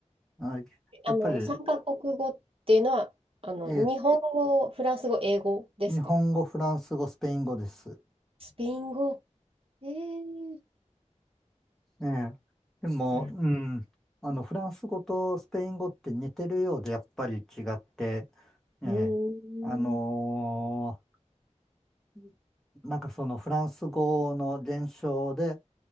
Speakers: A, in the centre; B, on the right (about 50°).
A: あやっぱり、
B: あの、三カ国語っていうのは、あの、
A: えー
B: 日本語、フランス語、英語ですか
A: 日本語、フランス語、スペイン語です。
B: スペイン語。えー
A: ねえ。でも、
B: うん。
A: うん。あの、フランス語とスペイン語って似てるようで、やっぱり違って、ええ。
B: うーん。
A: あのーなんかそのフランス語の伝承で、